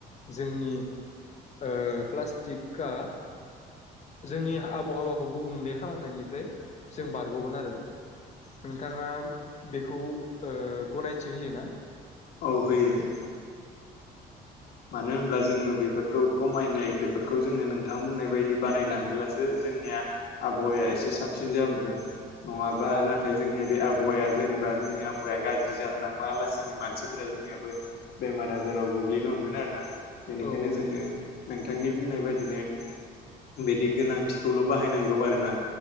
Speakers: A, on the left; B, on the left.
A: जोंनि ओ प्लास्टिकआ जोंनि आबहावाखौ गुबुंले खालामनायनिफ्राय जों बारग'गोन आरो नोंथाङा बेखौ ओ गनायथि होयोना?
B: औ होयो मानो होनब्ला जोङो बेफोरखौ खमायनाय बेफोरखौ जोङो नोंथां बुंनाय बायदि बानायलांबोलासो जोंनि आबहावा एसे साबसिन जाबोगोन नङाबा
A: औ
B: नाथाय जोंनि बे आबहावाया जेनेबा जोंनि आबहावाया गाज्रि जाहोलांबा लासिनो मानसिफोरा जोंनियाबो बेमार आजाराव गोग्लैनो हमगोन। आरोना बेनिखायनो
A: औ औ
B: जोङो नों थांनि बुंनाय बादिनो बिदि गोनांथिखौल' बाहायनांगौ आरोना।